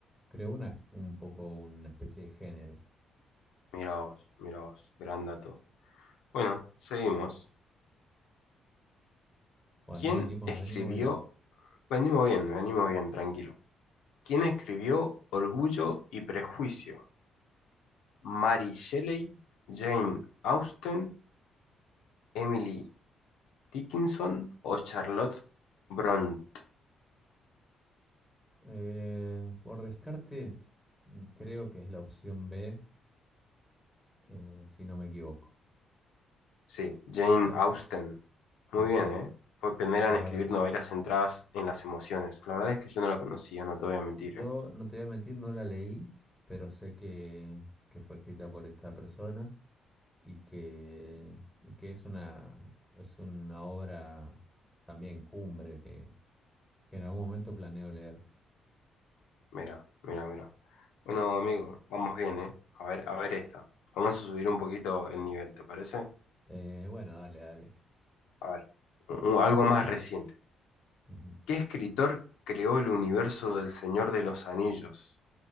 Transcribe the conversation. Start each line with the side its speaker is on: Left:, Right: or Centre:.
Centre: creó una, un poco una especie de género.
Left: Mirá vos, mirá vos, gran dato. Bueno, seguimos.
Centre: Bueno,
Left: ¿Quién
Centre: venimos,
Left: escribió?
Centre: venimos bien.
Left: Venimos bien, venimos bien, tranquilo. ¿Quién escribió Orgullo y Prejuicio? ¿Mary Shelley, Jane Austen, Emily Dickinson o Charlotte Brontë?
Centre: Eh, por descarte, mm, creo que es la opción B, eh, si no me equivoco.
Left: Sí, Jane Austen.
Centre: Exacto.
Left: Muy bien, ¿eh? Fue pionera
Centre: La
Left: en escribir
Centre: verdad,
Left: novelas centradas en las emociones. La verdad es que yo no la conocía, no te voy a mentir,
Centre: yo
Left: ¿eh?
Centre: no te voy a mentir, no la leí, pero sé que, que fue escrita por esta persona. y que, y que es una, es una obra también cumbre que, que en algún momento planeo leer.
Left: Mira, mira, mira. Bueno, amigo, vamos bien, ¿eh? A ver, a ver esta. Vamos a subir un poquito el nivel, ¿te parece?
Centre: Eh, bueno, dale, dale.
Left: A ver, u- algo más reciente.
Centre: Ujú,
Left: ¿Qué escritor creó el universo del Señor de los Anillos?